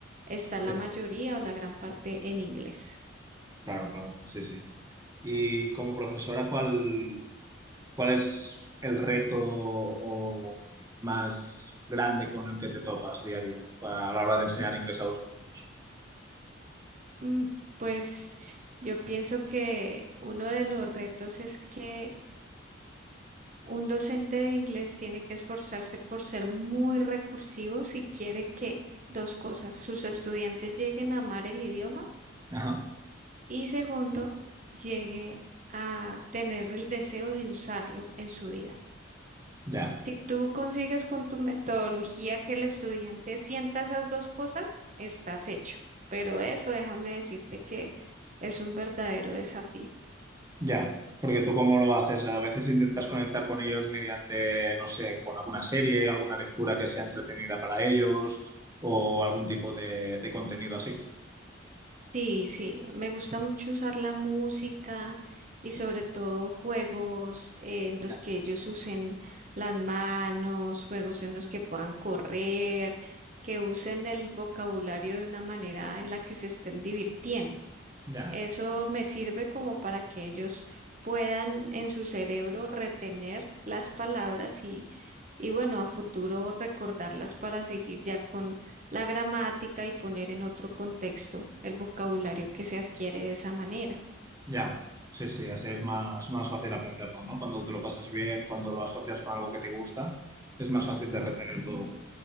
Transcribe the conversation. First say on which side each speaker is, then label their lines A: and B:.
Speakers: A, on the right; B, on the right.
A: está la
B: Sí.
A: mayoría o la gran parte en inglés.
B: Claro, claro, sí, sí. Y como profesora, ¿cuál, cuál es el reto o más grande con el que te topas día a día a la hora de enseñar inglés a los alumnos?
A: Mm, pues yo pienso que uno de los retos es que Un docente de inglés tiene que esforzarse por ser muy recursivo si quiere que dos cosas, sus estudiantes lleguen a amar el idioma
B: Ajá,
A: y segundo, llegue a tener el deseo de usarlo en su vida.
B: ya.
A: Si tú consigues con tu metodología que el estudiante sienta esas dos cosas, estás hecho. Pero eso déjame decirte que es un verdadero desafío.
B: Ya, porque tú cómo lo haces, a veces intentas conectar con ellos mediante, no sé, con alguna serie, alguna lectura que sea entretenida para ellos o algún tipo de, de contenido así.
A: Sí, sí, me gusta mucho usar la música y sobre todo juegos en los
B: Ya,
A: que ellos usen las manos, juegos en los que puedan correr, que usen el vocabulario de una manera en la que se estén divirtiendo.
B: ya,
A: Eso me sirve como para que ellos puedan en su cerebro retener las palabras y, y bueno, a futuro recordarlas para seguir ya con la gramática y poner en otro contexto el vocabulario que se adquiere de esa manera.
B: ya. Sí, sí, así es más, más fácil aprenderlo, ¿no? Cuando te lo pasas bien, cuando lo asocias con algo que te gusta, es más fácil de retener todo.